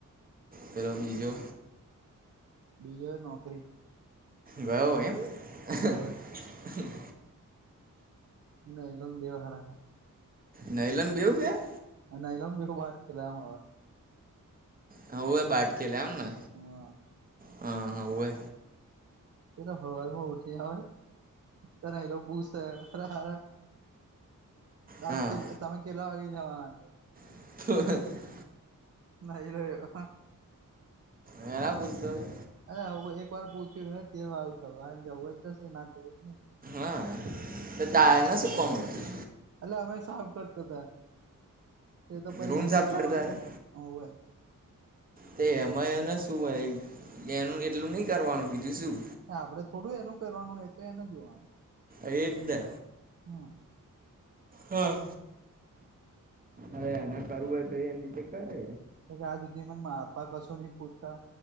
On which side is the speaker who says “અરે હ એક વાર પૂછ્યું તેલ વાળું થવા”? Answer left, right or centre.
Right